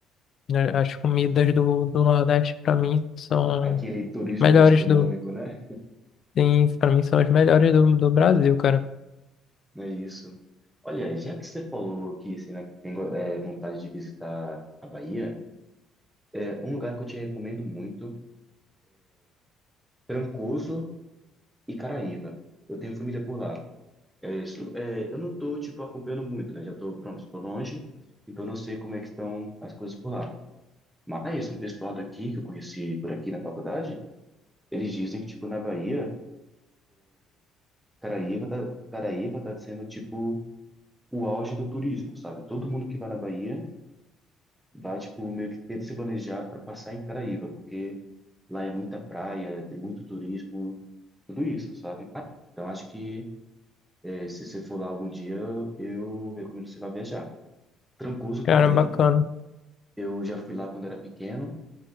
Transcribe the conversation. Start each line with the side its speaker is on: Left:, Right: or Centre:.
Left: né, as comidas do, do Nordeste pra mim são
Centre: Aquele turismo
Left: melhores
Centre: gastronômico, né?
Left: Sim, pra mim são as melhores do, do Brasil, cara.
Centre: É isso. Olha, já que você falou que você né, que tem é, vontade de visitar a Bahia, é um lugar que eu te recomendo muito, Trancoso e Caraíva. Eu tenho família por lá. É isso. É, eu não tô, tipo, acompanhando muito, né? Já tô, pronto, estou longe, então não sei como é que estão as coisas por lá. Mas um pessoal daqui, que eu conheci por aqui na faculdade, eles dizem que, tipo, na Bahia, Caraíva tá, Caraíva tá sendo, tipo, o auge do turismo, sabe? Todo mundo que vai na Bahia vai, tipo, meio que tenta se planejar para passar em Caraíva, porque lá é muita praia, tem muito turismo, tudo isso, sabe? Então, acho que eh, se você for lá algum dia, eu recomendo você vá viajar. Trancoso
Left: Cara,
Centre: também,
Left: bacana.
Centre: eu já fui lá quando era pequeno,